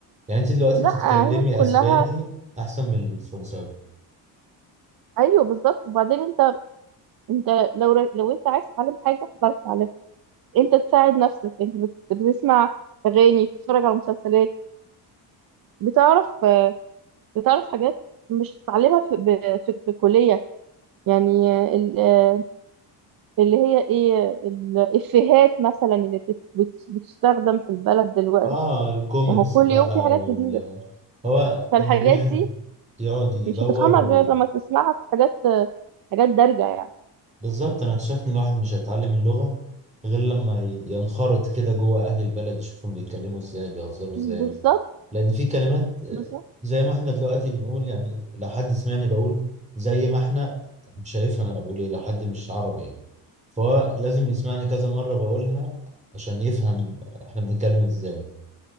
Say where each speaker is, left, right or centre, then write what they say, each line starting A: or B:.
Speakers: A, on the right (about 15°); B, on the right (about 55°).
A: يعني انت دلوقتي
B: لا
A: بتتكلمي
B: هي كلها
A: اسباني احسن من الفرنساوي
B: ايوه بالظبط وبعدين انت انت لو ر- لو انت عايز تتعلم حاجه هتعرف تتعلمها انت تساعد نفسك انت بت- بتسمع اغاني بتتفرج على مسلسلات بتعرف آه، بتعرف حاجات مش هتتعلمها في ب- في, في الكليه يعني آه، ال- اللي هي ايه الافيهات مثلا اللي بت- بت- بتستخدم في البلد دلوقتي
A: اه الكوميكس
B: وهو كل
A: بقى
B: يوم في حاجات
A: وال
B: جديدة
A: هو
B: فالحاجات
A: ان الواحد
B: دي
A: يقعد يدور
B: مش هتفهمها
A: و...
B: غير لما تسمعها في حاجات حاجات دارجة يعني
A: بالظبط انا اكتشفت ان الواحد مش هيتعلم اللغة غير لما ي- ينخرط كده جوه اهل البلد يشوفهم بيتكلموا ازاي بيهزروا ازاي
B: بالظبط
A: لان في كلمات آه،
B: بالظبط
A: زي ما احنا دلوقتي بنقول يعني لو حد سمعني بقول زي ما احنا مش هيفهم انا بقول ايه لو حد مش عربي يعني فهو لازم يسمعني كذا مرة بقولها عشان يفهم احنا بنتكلم ازاي